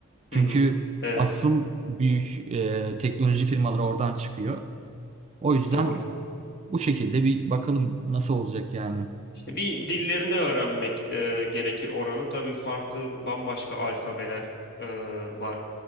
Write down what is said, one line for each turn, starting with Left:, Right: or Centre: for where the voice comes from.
Right: Çünkü
Left: Hı hı. Evet.
Right: asıl büyük e, teknoloji firmaları oradan çıkıyor. O yüzden
Left: Doğru.
Right: bu şekilde bir bakalım nasıl olacak yani.
Left: İşte bir dillerini öğrenmek e, gerekir oranın. Tabii farklı bambaşka alfabeler e, var.